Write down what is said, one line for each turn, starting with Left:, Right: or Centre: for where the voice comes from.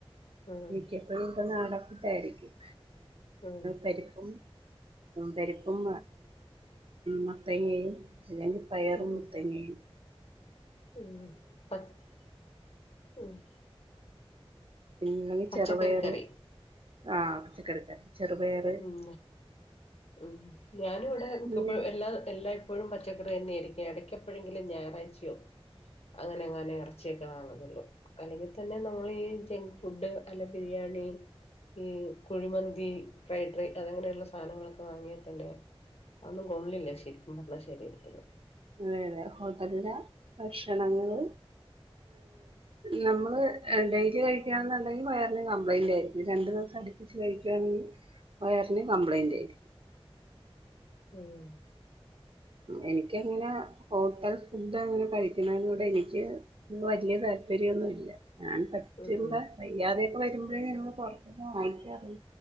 Left: ഉം
Right: മിക്കപ്പോഴും ഇവിടെ നാടൻ ഫുഡയിരിക്കും
Left: ഉം
Right: പരിപ്പും പരിപ്പും മത്തങ്ങയും അല്ലെങ്കിൽ പയറും
Left: ഉം
Right: ത്തങ്ങയും.
Left: ഉം <unintelligible>
Right: പിന്നെ
Left: പച്ചക്കറിക്കറി
Right: ചെറുപയർ ആഹ് പച്ചക്കടക്ക ചെറപയർ.
Left: ഉം ഉം ഞാനും ഇവിടെ
Right: ഇങ്ങനെ
Left: മിക്കപ്പോ യും എല്ലായ് എല്ലാ എപ്പോഴും പച്ചക്കറി തന്നെയായിരിക്കും ഇടക്കപ്പോഴെങ്കും ഞായറാഴ്ചയോ അങ്ങനെ എങ്ങാനും ഇറച്ചിയൊക്കെ വാങ്ങുന്നുള്ളൂ. അല്ലെങ്കിൽ തന്നെ നമ്മൾ ഈ ജങ്‌ ഫുഡ് അല്ല ബിരിയാണി. ഈ കുഴിമന്തി ഫ്രൈഡ് റൈസ് അതങ്ങനെയുള്ള സാധനങ്ങളൊക്കെ വാങ്ങിയാൽ തന്നെ, അതന്നും കൊള്ളില്ല. ശരിക്കും പറഞ്ഞാൽ ശരീരത്തിന്.
Right: അതെ അതെ ഹോട്ടലില ഭക്ഷണങ്ങള്. നമ്മള് ഡെയിലി കഴിക്കണെന്നുണ്ടെങ്കിൽ വയറിനും കംപ്ലൈന്റ് ആയിരിക്കും രണ്ടു ദിവസം അടുപ്പിച്ച് ച്ച് കഴിക്കുകവാണെങ്കിൽ വയറിന് കംപ്ലയിൻറ് ആയി.
Left: ഉം
Right: എനിക്കങ്ങനെ ഹോട്ടൽ ഫുഡ്ങ്ങനെ കഴിക്കുന്നതിനോട് എനിക്ക് വലിയ താല്പര്യംന്നു ഇല്ല ഞാൻ പറ്റുമ്പ
Left: ഉം
Right: ഇല്ലാതെയൊക്കെ വരുമ്പോഴേ ഞങ്ങൾ പുറത്തന്ന് വാങ്ങിക്കറു